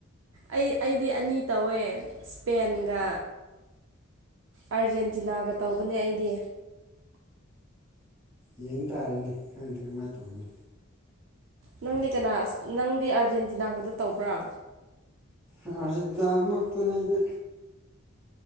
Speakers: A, on the right (about 60°); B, in the centre.
A: ꯑꯩ ꯑꯩꯗꯤ ꯑꯅꯤ ꯇꯧꯋꯦ ꯏꯁꯄꯦꯟꯒ ꯑꯥꯔꯖꯦꯟꯇꯤꯅꯥꯒ ꯇꯧꯕꯅꯦ ꯑꯩꯗꯤ
B: ꯌꯦꯡ ꯇꯥꯔꯅꯦ ꯈꯪꯗꯦ ꯀꯃꯥꯥꯏꯅ ꯇꯧꯔꯅꯤ
A: ꯅꯪꯗꯤ ꯀꯅꯥ ꯑꯁ ꯅꯪꯗꯤ ꯑꯥꯔꯖꯦꯟꯇꯤꯅꯥ ꯈꯛꯇ ꯇꯧꯕ꯭ꯔꯥ
B: ꯑꯥꯔꯖꯦꯟꯇꯤꯅꯥ ꯑꯃ ꯈꯛꯇꯥꯅꯦ ꯑꯩꯗꯤ